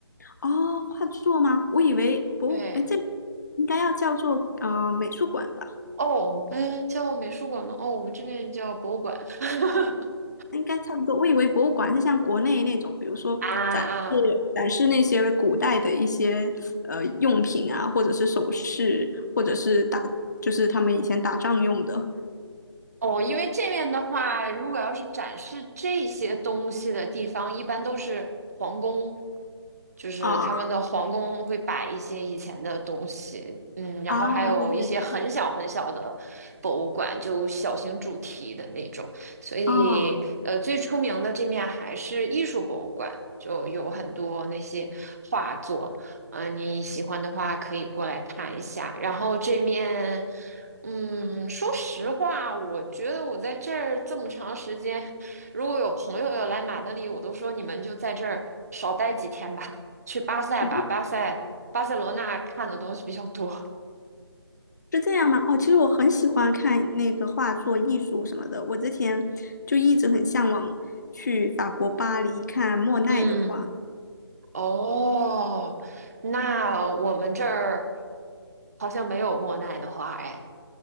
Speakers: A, on the left (about 40°); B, on the right (about 35°).
A: 哦，画作吗？我以为博物，
B: 对。
A: 哎，这应该要叫做呃美术馆吧，
B: 哦，嗯，叫美术馆吗？哦，我们这边叫博物馆。<laughs>
A: 应该差不多。我以为博物馆是像国内那种，比如说展示展示那些古代的一些呃用品啊，
B: 啊啊，
A: 或者是首饰，或者是打，就是他们以前打仗用的
B: 哦，因为这面的话，如果要是展示这些东西的地方，一般都是皇宫，就是他们的皇宫会摆一些以前的东西，
A: 啊
B: 嗯，然后还有一些很小很小的博物馆，
A: 啊，是这样
B: 就小型主题的那种。所以，
A: 啊，
B: 呃，最出名的这面还是艺术博物馆，就有很多那些画作，嗯、你喜欢的话可以过来看一下。然后这面。嗯，说实话，我觉得我在这儿这么长时间，如果有朋友要来马德里，我都说你们就在这儿少待几天吧，去巴塞吧，
A: 嗯。
B: 巴塞巴塞罗那看的东西比较多。
A: 是这样吗？哦，其实我很喜欢看那个画作、艺术什么的。我之前就一直很向往去法国巴黎看莫奈的画，
B: 嗯，哦，那我们这儿好像没有莫奈的花，哎，